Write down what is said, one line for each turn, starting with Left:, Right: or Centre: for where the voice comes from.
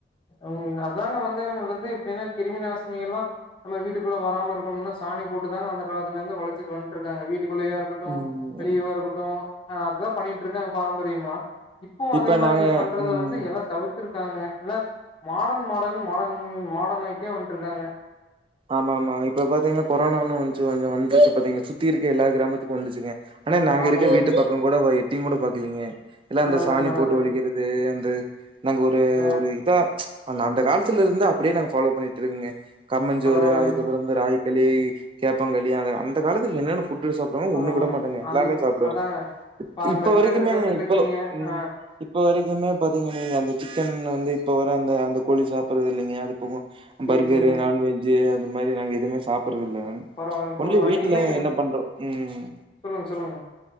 Left: ம் அதாங்க வந்து வந்து எப்பயுமே கிருமி நாசினி எல்லா நம்ம வீட்டுக்குள்ளே வராம இருக்கணுனா சாணி போட்டுதாங்க அந்த காலத்துல இருந்து வழிச்சிட்டு வந் துட்ருக்காங்க வீட்டுக்குள்ளயா இருக்கட்டு
Right: ம்
Left: வெளியவா இருக்கட்டு அ அதுதா பண்ணிட்டு இருக்காங்க பாரம்பரியமா இப்பவு அதே
Right: இப்ப
Left: மாரி
Right: நாங்க
Left: பண்றத
Right: ம்
Left: வந்து எல்லா தவிர் த்துருக்காங்க இல்ல மாடர்ன் மாடர்ன் மாடர்ன் மாடர்ன் ஆயிட்டோ வந்துட்டு இருக்காங்க
Right: ஆமா ஆமா இப்ப பாத்தீங்கன்னா கொரோனான்னு வந்துச்சு ஒன்னு வந்துச்சு பாத்திங்களா சுத்தி இருக்க எல்லா கிராமத்துக்கு வந்துச்சுங்க ஆனா நாங்க
Left: ஆமா
Right: இருக்க
Left: ஆமாங்க
Right: வீட்டு பக்கம்கூட எட்டியும்கூட பாக்கலைங்க எல்லா அந்த
Left: நல்லது
Right: சாணி
Left: நல்லதுங்க
Right: போட்டு வழிக்கிறது அது அந்த நாங்க ஒரு
Left: வே
Right: ஒரு இதா ஆனா அந்த காலத்துல இருந்து அப்டியே நாங்க ஃபாலோ பண்ணிட்டு இருக்கங்க கம்மஞ்சோறு
Left: பரவாயில்லைங்க
Right: அதுக்கப்பறோ இந்த ராகி களி கேப்பங்களி அந்த அந்த காலத்தில என்னன்ன ஃபுட்டு சாப் புட்றோ
Left: பரவால்ல
Right: ஒண்ணு விட மாட்டோங்க எல்லாமே
Left: அந்
Right: சாப்பிடுவ
Left: அதாங்க பாரம்பரியமா
Right: இப்ப வரைக்குமே
Left: இருந்துட்டு வந்துட்டு
Right: இப்போ
Left: இருக்கீங்க
Right: ம்
Left: ஆ
Right: இ இப்போ வரைக்குமே பாத்தீங்க நீங்க அந்த சிக்கன் வந்து இப்ப வர அந்த அந்த கோழி சாப்ட்டது இல்லைங்க அது போக
Left: சேரி
Right: பர்கரு
Left: சேரிங்க
Right: நான்வெஜ் அந்த மாரி நாங்க எதுவுமே சாப்பிட்றது இல்ல ஒன்னு
Left: பரவாயில்லைங்க பரவாயில்லைங்க
Right: இல்ல வீட்ல
Left: இல்லைங்க
Right: என்ன பண்றோ ம்
Left: சொல்லுங்க சொல்லுங்க